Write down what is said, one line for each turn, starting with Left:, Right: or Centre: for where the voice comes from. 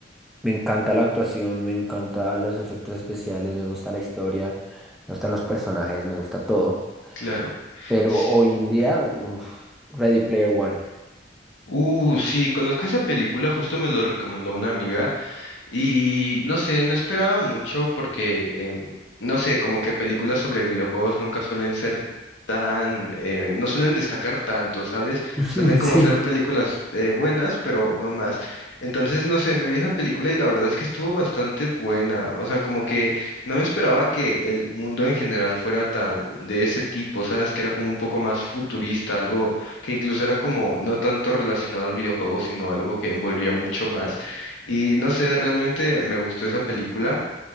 Centre: Me encanta la actuación, me encanta los efectos especiales, me gusta la historia, me gustan los personajes, me gusta todo.
Left: claro.
Centre: Pero
Left: S-
Centre: hoy en día,
Left: ujú.
Centre: uf, Ready Player One.
Left: Uh, sí, conozco esa película, justo me lo recomendó una amiga. Y no sé, no esperaba mucho porque, em, no sé, como que películas sobre videojuegos nunca suelen ser tan, eh, no suelen destacar tanto, ¿sabes?
Centre: <laughs>
Left: Suelen como
Centre: Sí.
Left: ser películas eh, buenas, pero no más. Entonces, no sé, me vi esa película y la verdad es que estuvo bastante buena. O sea, como que no me esperaba que el mundo en general fuera tan de ese tipo, ¿sabes? Que era como un poco más futurista, algo que incluso era como no tanto relacionado al videojuego, sino algo que envolvía mucho más. Y no sé, realmente me gustó esa película.